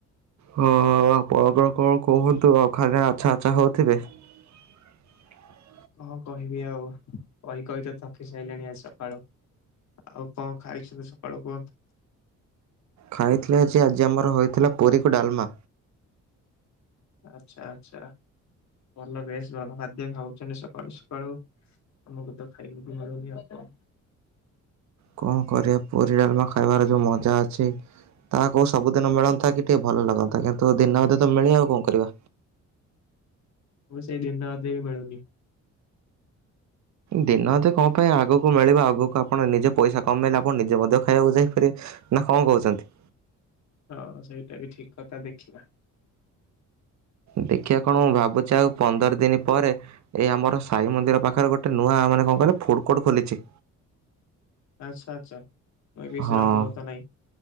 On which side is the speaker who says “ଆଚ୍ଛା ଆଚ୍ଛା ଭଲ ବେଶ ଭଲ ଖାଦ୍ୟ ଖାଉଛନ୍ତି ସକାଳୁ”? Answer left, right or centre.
Left